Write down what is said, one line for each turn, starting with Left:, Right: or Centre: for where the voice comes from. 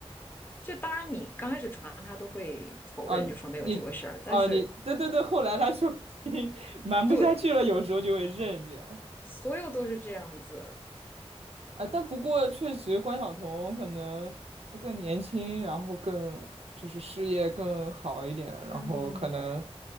Left: 就当然你刚开始传他都会否认，
Right: 啊，
Left: 就说没有这回事儿，
Right: 你啊你对对对，
Left: 但是
Right: 后来他说机 <laughs> 瞒不下去了，
Left: 对，
Right: 有时候就会认这样
Left: 所有都是这样子。
Right: 啊，但不过确实关晓彤可能她更年轻，然后更就是事业更好一点，然后可能
Left: 嗯